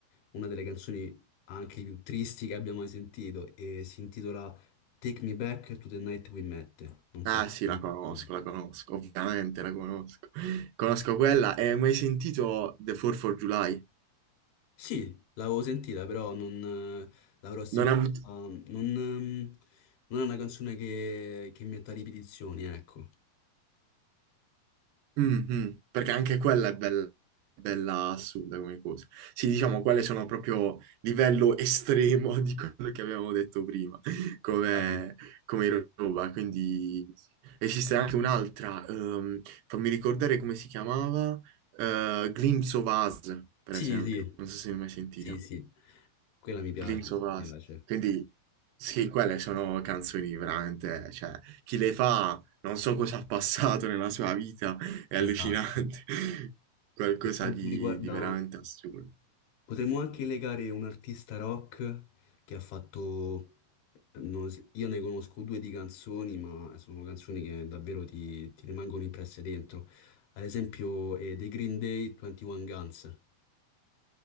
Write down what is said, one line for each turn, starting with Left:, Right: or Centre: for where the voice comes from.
Left: una delle canzoni anche più tristi che abbia mai sentito e si intitola Take Me Back to the Night We Met. Non so
Right: Ah
Left: se
Right: sì,
Left: l'hai
Right: la conosco,
Left: sentita.
Right: la conosco, ovviamente la conosco. Conosco quella e hai mai sentito The 4th of July?
Left: Sì, l'avevo sentita, però non eh, l'avrò sentita.
Right: Non ha avuto...
Left: mm, Non, ehm, non è una canzone che, che metta ripetizioni, ecco.
Right: Mm, mm, perché anche quella è bella, bella assurda come cosa. Sì, diciamo, quelle sono proprio livello estremo <laughs> di quello che avevamo detto prima, come,
Left: Dai.
Right: come roba. Quindi esiste anche un'altra, ehm, fammi ricordare come si chiamava, eh, Glimpse of Us, per
Left: Sì,
Right: esempio.
Left: sì,
Right: Non so se ne hai mai sentita.
Left: sì, sì. Quella mi piace,
Right: Glimpse of Us.
Left: mi piace.
Right: Quindi sì, quelle sono canzoni veramente, cioè, chi le fa non so cosa ha passato nella sua vita, è allucinante,
Left: Esatto.
Right: <laughs> qualcosa
Left: Per quanto
Right: di,
Left: riguarda
Right: di veramente assurdo.
Left: Potremmo anche legare un artista rock che ha fatto... non s- io ne conosco due di canzoni, ma sono canzoni che davvero ti, ti rimangono impresse dentro. Ad esempio, eh, The Green Day 21 Guns.